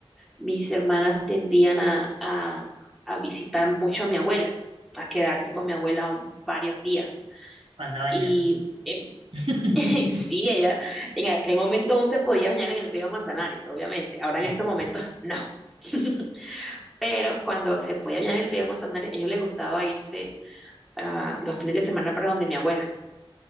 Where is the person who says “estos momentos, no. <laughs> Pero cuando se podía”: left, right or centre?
Centre